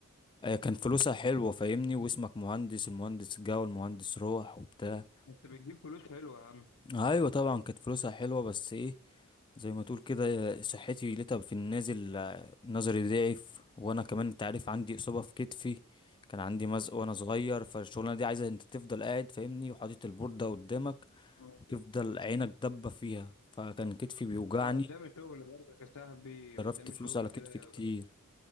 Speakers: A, on the left; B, on the left.
A: آه كان فلوسها حلوة فاهمني واسمك مهندس المهندس جه والمهندس روح وبتاع
B: انت بتجيب فلوس حلوه يا عم
A: ايوه طبعا كانت فلوسها حلوة بس ايه زي ما تقول كده صحتي لقيتها في النازل آه، نظري ضعف وانا كمان انت عارف عندي اصابه في كتفي كان عندي مزق وانا صغير فالشغلانه دي عايزه انت تفضل قاعد فاهمني وحاطط البورده قدامك
B: امم.
A: وتفضل عينك دبه فيها فكان كتفي بيوجعني
B: انا قدامي شغل برضك يا صاحبي
A: صرفت
B: قدامي
A: فلوس
B: شغل
A: على
B: كده
A: كتفي كتير